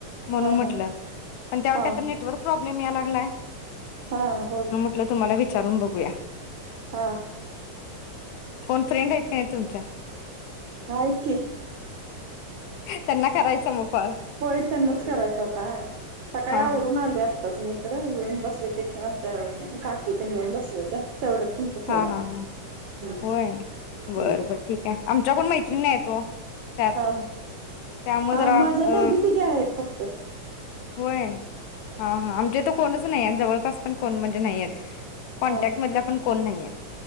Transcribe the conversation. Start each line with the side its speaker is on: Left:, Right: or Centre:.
Left: म्हणून
Right: हा
Left: म्हटलं
Right: हा
Left: पण त्यावर
Right: हा
Left: काय तर नेटवर्क, प्रॉब्लेम यायला लागलंय,
Right: हा होय,
Left: म्हटलं तुम्हाला विचारून बघुया,
Right: हा
Left: कोण फ्रेंड आहेत काय? अच्छा,
Right: आहेत की,
Left: त्यांना करायचा मग कॉल
Right: होय त्यांनाच करायचं होता, सकाळी
Left: हा
Right: आवरून
Left: हा
Right: आले आत्ताच मी इकडं येऊन बसले ते आमच्या काकीत येऊन बसले होत्या. तेवढ्यात तुमचा फोन
Left: हा हा
Right: आला,
Left: हा
Right: हम्म हम्म,
Left: होय बर बर ठीक आहे आमच्या कोण मैत्रिण आहेत ओ, त्यात
Right: हा
Left: त्यामुळे
Right: हा
Left: जरा
Right: माझ्या
Left: अ
Right: दोघी तिघे आहेत फक्त,
Left: व्हय, हा हा आमच्या तर कोणच नाही जवळपास पण कोण म्हणजे नाही आहेत कॉन्टॅक्टमधल्या
Right: हा
Left: पण, कोण नाही आहेत